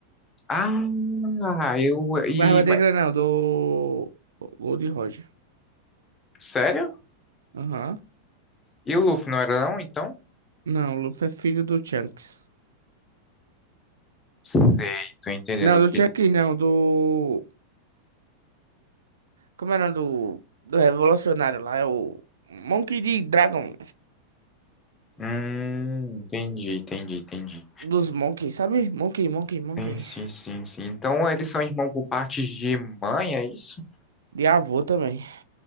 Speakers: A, on the left (about 20°); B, on the right (about 65°).
A: Ah, eu. E,
B: Do Barba Negra
A: mas-
B: não, do Gold Roger.
A: sério?
B: Aham.
A: E o Luffy não era não, então?
B: Não, o Luffy é filho do Chunks.
A: Sei, tô entendendo.
B: Não, do
A: Pi-
B: Chunks não, do... Como era do... Do revolucionário lá, é o... Monkey de Dragon.
A: Hum, entendi, entendi, entendi.
B: Dos Monkey, sabe? Monkey, Monkey, Monkey.
A: Sim, sim, sim, sim. Então eles são irmãos por parte de mãe, é isso?
B: De avô também.